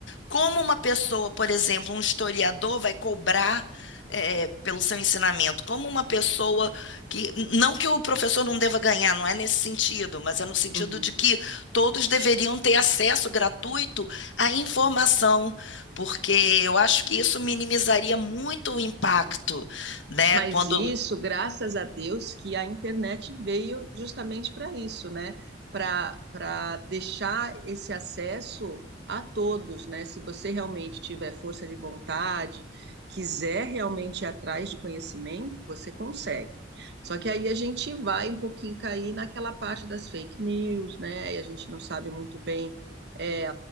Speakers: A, on the left; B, on the right.
A: como uma pessoa, por exemplo, um historiador vai cobrar eh, pelo seu ensinamento? Como uma pessoa que. Não que o professor não deva ganhar, não é nesse sentido, mas é no sentido
B: uhum.
A: de que todos deveriam ter acesso gratuito à informação, porque eu acho que isso minimizaria muito o impacto, né?
B: Mas
A: Quando
B: isso, graças a Deus, que a internet veio justamente para isso, né? Para para deixar esse acesso a todos, né? Se você realmente tiver força de vontade, quiser realmente ir atrás de conhecimento, você consegue. Só que aí a gente vai um pouquinho cair naquela parte das fake news, né? E a gente não sabe muito bem é,